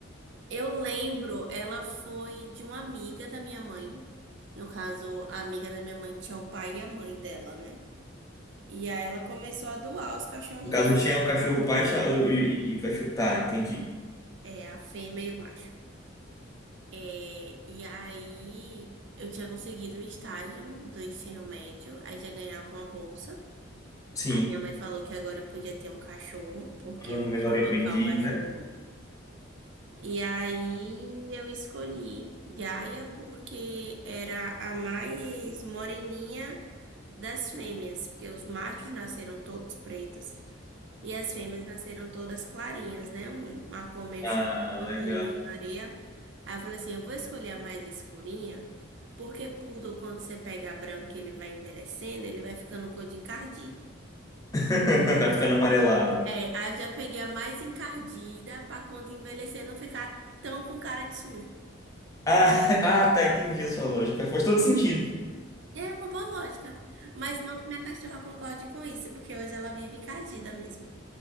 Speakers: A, on the right; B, on the left.
A: Eu lembro, ela foi de uma amiga da minha mãe. No caso, a amiga da minha mãe tinha o pai e a mãe dela, né? E aí ela começou a doar os cachorrinhos,
B: No caso, tinha o cachorro pai cha- e, e- e o cachorro. Tá, entendi.
A: é, a fêmea e o macho. É, e aí eu tinha conseguido um estágio do ensino médio, aí já ganhava uma bolsa.
B: Sim.
A: Aí minha mãe falou que agora eu podia ter um cachorro, porque
B: Um
A: eu
B: menor
A: podia
B: aprendiz,
A: bancar o cachorro.
B: né?
A: E aí eu escolhi Gaia porque era a mais moreninha das fêmeas, porque os machos nasceram todos pretos e as fêmeas nasceram todas clarinhas, né? Um- Uma cor meio
B: Ah,
A: champanhe,
B: legal.
A: e meio areia. Aí eu falei assim, eu vou escolher a mais escurinha, porque poodle, quando você pega branco, e ele vai envelhecendo, ele vai ficando cor de encardido.
B: <laughs> Vai ficando amarelado.
A: É, aí eu já peguei a mais encardida para quando envelhecer não ficar tão com cara de sujo.
B: Ah, <laughs> ah, tá, entendi a sua lógica. Faz todo sentido.
A: É uma boa lógica. Mas não que minha cachorra concorde com isso, porque hoje ela vive encardida mesmo.